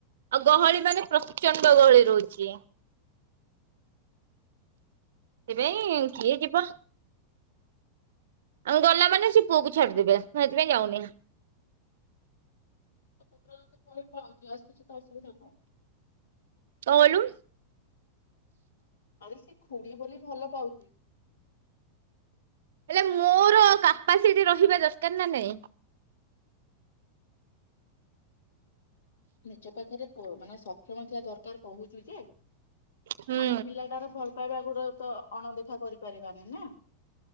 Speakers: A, on the right; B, on the left.
A: ଆଉ ଗହଳି ମାନେ ପ୍ରଚଣ୍ଡ ଗହଳି ରହୁଛି। ସେଥିପାଇ କିଏ ଯିବ। ଆଉ ଗଲା ମାନେ ସେ ପୁଅ କୁ ଛାଡିଦବେ ମୁଁ ସେଥିପାଇଁ ଯାଉନି।
B: ପୁତ୍ର ତ ପଳେଇବ <unintelligible> କିଛି ତ ଅସୁବିଧା କଣ?
A: କଣ କଇଲୁ?
B: ଆରେ ସେ ଖୁଡି ବୋଲି ଭଲ ପାଉଛି।
A: ହେଲେ ମୋର କାପାସିଟି ରହିବା ଦରକାର ନା ନାଇଁ।
B: ନିଜ ପାଖରେ ଓ ମାନେ ସକ୍ଷମ ଥିଲା ଦରକାର କହୁଛୁ ଯେ
A: ହୁଁ।
B: ଆମେ ପିଲାଟାର ଭଲ ପାଇବା ଆ ଗୁରା ତ ଅଣ ଦେଖ ଦେଖା କରିପାରିବାନି ନା।